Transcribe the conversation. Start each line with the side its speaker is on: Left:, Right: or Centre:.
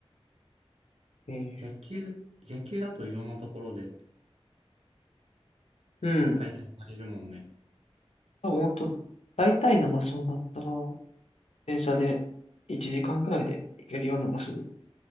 Left: ええ
Right: 野球、野球だといろんなところで
Left: うん。
Right: 開催されるもんね。
Left: 多分、ほんと、大体の場所だったら、電車で1時間ぐらいで行けるような場所に、